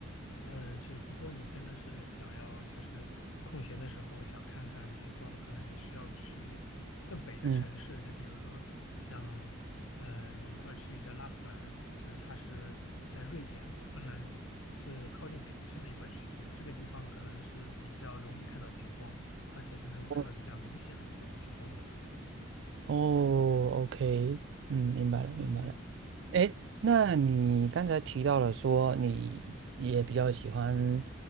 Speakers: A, on the left; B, on the right.
A: 嗯，呃就如果你真的是想要，就是空闲的时候想看看极光，可能你需要去更北的城市，
B: 嗯，
A: 就比如说像呃有一块区域叫拉普兰，就是它是在瑞典和芬兰这靠近北极圈的一块区域，这个地方可能是比较容易看到极光，而且是能够看到比较明显的那种极光的。
B: 哦哦，OK，嗯，明白了，
A: 嗯。
B: 明白了。哎，那你刚才提到了说你也比较喜欢，